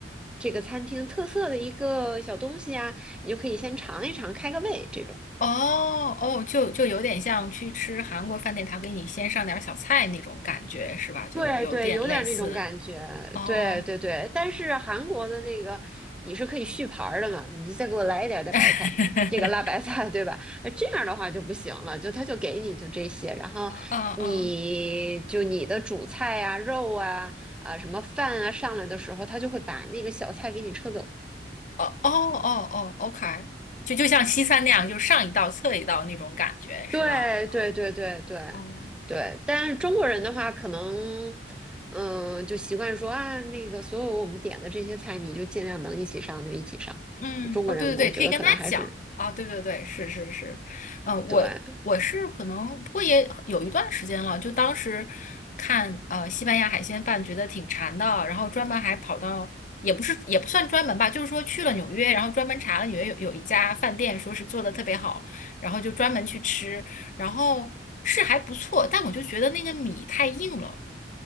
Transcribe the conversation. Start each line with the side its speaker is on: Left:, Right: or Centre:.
Centre: 这个餐厅特色的一个小东西啊，你就可以先尝一尝，开个胃这种。
Left: 哦哦，就就有点像去吃韩国饭店，他给你先上点儿小菜那种感觉，是吧？就有点类似。
Centre: 对对，有点那种感觉，
Left: 哦，
Centre: 对对对。但是韩国的那个你是可以续盘儿的嘛，你就再给我来一点儿的白菜，
Left: <laughs>
Centre: 这个辣白菜，对吧？呃这样的话就不行了，就他就给你就这些，然后你就你的主菜啊、
Left: 嗯嗯，
Centre: 肉啊、啊什么饭啊上来的时候，他就会把那个小菜给你撤走。
Left: 哦哦哦哦，OK，就就像西餐那样，就上一道侧一道那种感觉，是吧？
Centre: 对对对对对对，
Left: 哦。
Centre: 但是中国人的话，可能嗯，就习惯说啊，那个所有我们点的这些菜，你就尽量能一起上就一起上。
Left: 嗯，
Centre: 中国人我觉得可能还是
Left: 哦，对对对，可以跟他讲啊，对对对，是是是，嗯、
Centre: 对，
Left: 我我是可能，不过也有一段时间了，就当时看呃西班牙海鲜饭觉得挺馋的，然后专门还跑到，也不是也不算专门吧，就是说去了纽约，然后专门查了纽约有有一家饭店，说是做的特别好，然后就专门去吃，然后是还不错，但我就觉得那个米太硬了。